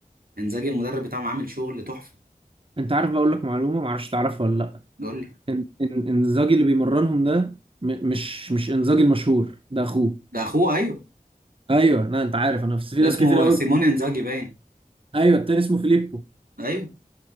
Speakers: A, on the right (about 75°); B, on the right (about 35°).
A: انزاجي المدرب بتاعهم عامل شغل تحفة
B: انت عارف بقول لك معلومه معرفش تعرفها ولا لا
A: يقول لي
B: إن- إن- انزاجي اللي بيمرنهم ده م- مش مش انزاجي المشهور ده اخوه
A: ده اخوه ايوه
B: ايوه لا انت عارف انا في في
A: ده
B: ناس
A: اسمه
B: كتير قوي
A: سيمون انزاجي باين
B: ايوه التاني اسمه فيليبو
A: ايوه